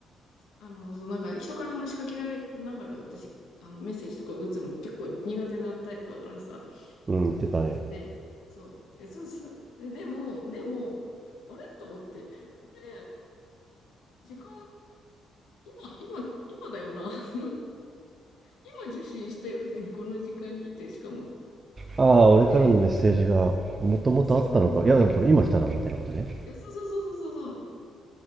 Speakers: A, on the left; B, on the right.
A: あの、そう、なんか人から話しかけられながら私、あの、メッセージとか打つの結構苦手なタイプだからさ。
B: うん、言ってたね。
A: で、そう、え、そうそう。えでも、でも、あれと思って、これ、時間、今、今、今だよな。<laughs> 今受信したよね。この時間にって、しかも。
B: ああ、俺からのメッセージが、
A: ねえ、
B: もともとあったのか。
A: あそうそうそうそう。
B: いや、でもこれ今来たな、みたいなことね。
A: いや、そうそうそうそうそ